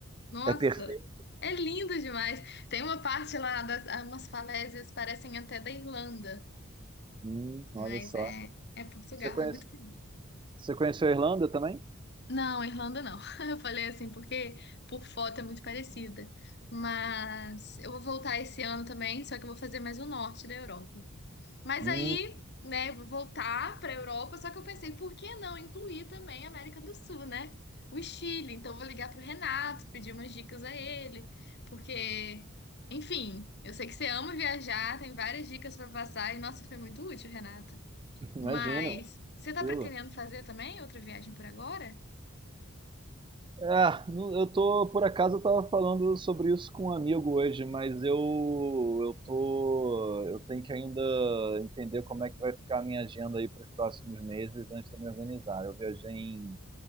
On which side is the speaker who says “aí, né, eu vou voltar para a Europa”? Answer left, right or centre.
Left